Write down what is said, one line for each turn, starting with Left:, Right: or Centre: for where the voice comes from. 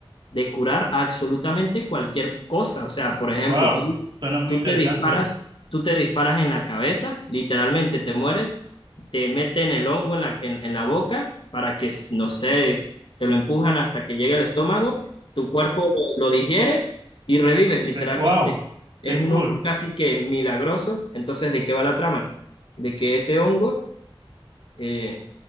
Left: de curar absolutamente cualquier cosa. O sea, por ejemplo,
Right: Wow.
Left: tú,
Right: Suena muy
Left: tú
Right: interesante.
Left: te disparas, tú te disparas en la cabeza, literalmente te mueres, te meten el hongo en la, en, en la boca para que, no sé, te lo empujan hasta que llegue al estómago, tu cuerpo lo, lo digiere y revives, literalmente.
Right: Wow.
Left: Es
Right: Qué
Left: un
Right: cool.
Left: hongo casi que milagroso. Entonces, ¿de qué va la trama? De que ese hongo eh,